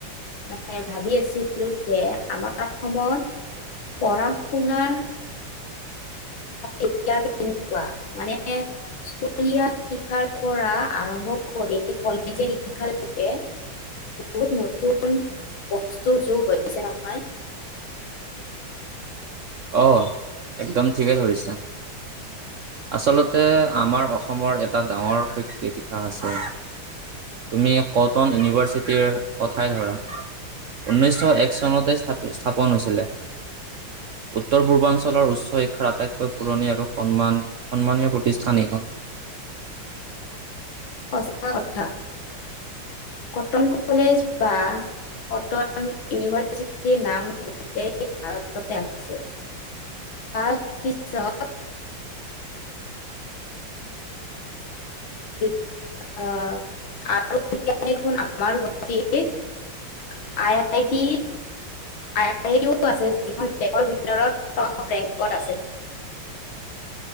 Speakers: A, on the left; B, on the right.
A: মানে ভাবি আছিলো যে আমাৰ অসমত পঢ়া শুনাৰ এতিয়া কেনেকুৱা মানে স্কুলীয়া শিক্ষাৰ পৰা আৰম্ভ কৰি <unintelligible> লৈকে বহুত নতুন বস্তু যোগ হৈছে নহয়।
B: অ একদম ঠিকেই ধৰিছা ।আচলতে আমাৰ অসমৰ এটা ডাঙৰ শৈক্ষিক ইতিহাস আছে তুমি কটন ইউনিভাৰ্চিটিৰ কথাই ধৰা ঊনৈছশ এক চনতে স্থাপন হৈছিলে। উত্তৰ পূৰ্বাঞ্চলৰ উচ্চ শিক্ষাৰ আটাইতকৈ পুৰণি আৰু সন্মান সন্মানীয় প্ৰতিষ্ঠান এইখন।
A: সঁচা কথা। কটন কলেজ বা কটন ইউনিভাৰ্চিটিৰ নাম গোটেই ভাৰততে আছে ।তাৰ পিছত আহ আৰু এতিয়া দেখোন আমাৰ গুৱাহাটীত আই আইটি আই আই টিও আছে যিখন দেশৰ ভিতৰত টপ ৰেংকত আছে।